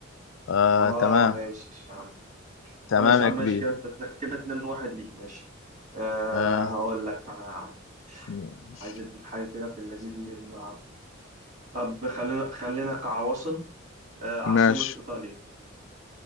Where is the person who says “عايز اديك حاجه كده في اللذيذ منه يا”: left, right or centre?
Right